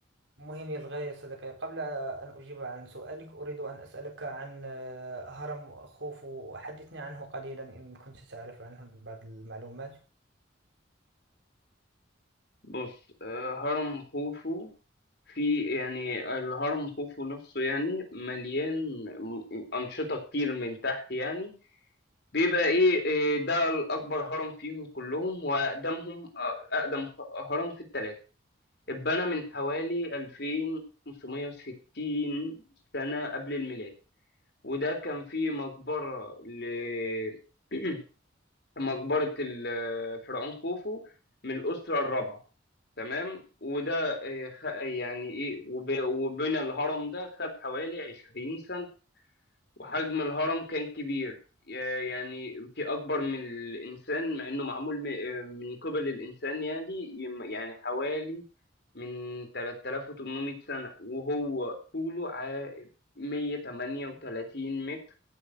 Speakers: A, on the right; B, on the left.
A: مهم للغاية يا صديقي قبل أن أجيب عن سؤالك أريد أن أسألك عن آه، هرم خوفو حدثني عنه قليلا إن كنت تعرف عنه بعض المعلومات
B: بص آه، هرم خوفو في يعني الهرم خوفو نفسه يعني مليان م- أنشطة كتير من تحت يعني بيبقى إيه إيه ده الأكبر هرم فيهم كلهم وأقدمهم آه، أقدم خ- هرم في التلاتة اتبنى من حوالي 2560 سنة قبل الميلاد وده كان فيه مقبرة ل <clears throat> مقبرة الفرعون خوفو من الأسرة الرابعة تمام وده آه، خ- يعني ايه وب- وبنى الهرم ده خد حوالي 20 سنة وحجم الهرم كان كبير يا- يعني في أكبر من الإنسان مع إنه معمول م- آه، من قبل الإنسان يعني يم- يعني حوالي من 3800 سنة وهو طوله ع- 138 متر